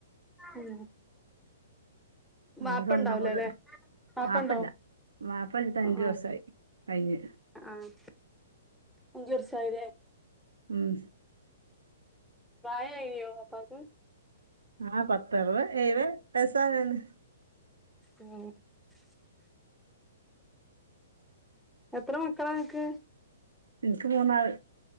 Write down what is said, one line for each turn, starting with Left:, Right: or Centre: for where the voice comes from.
Centre: ഉം
Right: നമ്മള്
Centre: വാപ്പ
Right: സ്വന്തം
Centre: ഉണ്ടാവൂലല്ലേ
Right: വീട്
Centre: വാപ്പണ്ടോ
Right: വാപ്പ ഇല്ല വാപ്പ മരിച്ചിട്ട് അഞ്ചു
Centre: ആഹ് ആഹ്
Right: വർഷം കഴിഞ്ഞ്
Centre: ആഹ് അഞ്ച് വർഷായീലേ?
Right: ഉം
Centre: പ്രായവായിയൊ വാപ്പാക്ക്
Right: ആ പത്തറുപത് എഴുപത് വയസ്സായാണ്
Centre: ആ എത്ര മക്കളാ അനക്ക്?
Right: എനിക്ക് മൂന്നാള്